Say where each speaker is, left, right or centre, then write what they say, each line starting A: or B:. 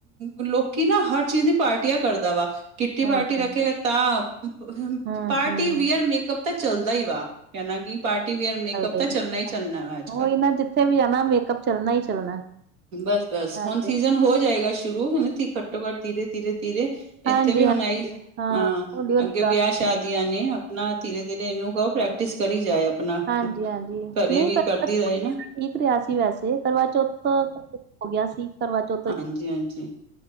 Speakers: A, on the right; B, on the right.
A: ਲੋਕੀਂ ਨਾ ਹਰ ਚੀਜ਼ ਦੀ ਪਾਰਟੀਆਂ ਕਰਦਾ ਵਾ ਕਿੱਟੀ
B: ਹਾਂਜੀ
A: ਪਾਰਟੀ ਰੱਖੇਗਾ ਤਾਂ
B: ਹੂੰ
A: ਪਾਰਟੀ
B: ਹੂੰ
A: ਵੀਅਰ ਮੇਕਅਪ ਤਾਂ ਚੱਲਦਾ ਹੀ ਵਾ ਕਹਿਣਾ ਕਿ ਪਾਰਟੀ ਵੀਅਰ ਮੇਕਅਪ
B: ਸਹੀ
A: ਤਾਂ ਚੱਲਣਾ
B: ਗੱਲ
A: ਹੀ ਚੱਲਣਾ ਵਾ ਅੱਜ ਕੱਲ੍ਹ
B: ਉਹੀ ਨਾ ਜਿੱਥੇ ਵੀ ਜਾਣਾ ਮੇਕਅਪ ਚੱਲਣਾ ਹੀ ਚੱਲਣਾ।
A: ਬਸ-ਬਸ,
B: ਹਾਂਜੀ
A: ਹੁਣ ਸੀਜਨ ਹੋ ਜਾਏਗਾ ਸ਼ੁਰੂ ਉਨਤੀ ਘੱਟੋ-ਘੱਟ ਤੀਰੇ ਤੀਰੇ ਤੀਰੇ
B: ਹਾਂਜੀ
A: ਇੱਥੇ ਵੀ ਹੁਣ
B: ਹਾਂਜੀ
A: ਆਈ, ਹਾਂ
B: ਹੌਲੀ ਹੌਲੀ
A: ਅੱਗੇ ਵਿਆਹ
B: ਕਰ
A: ਸ਼ਾਦ ਸ਼ਾਦੀਆ ਨੇ ਆਪਣਾ ਧੀਰੇ -ਧੀਰੇ ਏਨੂੰ ਕਹੋ ਪ੍ਰੈਕਟਿਸ ਕਰੀ ਜਾਏ ਆਪਣਾ
B: ਹਾਂਜੀ- ਹਾਂਜੀ
A: ਘਰੇ
B: ਨਈ
A: ਵੀ
B: ਕਰਵਾ
A: ਕਰਦੀ
B: ਚੌਥ
A: ਰਹੇ ਨਾ
B: ਠੀਕ ਰਿਹਾ ਸੀ ਵੈਸੇ ਕਰਵਾ ਚੌਥ ਤੋ ਹੋ ਗੇਆ ਸੀ। ਕਰਵਾ ਚੌਥ
A: ਹਾਂਜੀ-ਹਾਂਜੀ।